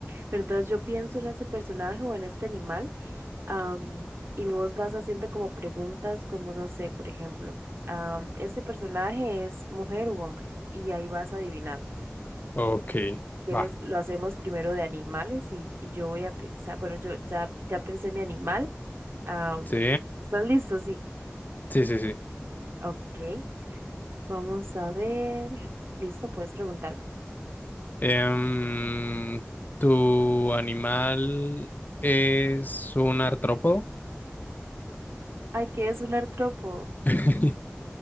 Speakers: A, on the right (about 80°); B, on the left (about 45°).
A: Pero entonces yo pienso en ese personaje o en este animal am, y vos vas haciendo como preguntas como, no sé, por ejemplo, am, ¿este personaje es mujer u hombre? Y ahí vas adivinando.
B: Ok,
A: Si quieres,
B: va.
A: lo hacemos primero de animales y, y yo voy a pensar, bueno, yo ya, ya pensé mi animal. Am,
B: Sí,
A: ¿estás listo? Sí.
B: sí, sí, sí.
A: Ok, vamos a ver. Listo, puedes preguntarme.
B: Em, ¿tu animal es un artrópodo?
A: Ay, ¿qué es un artrópodo?
B: <laughs>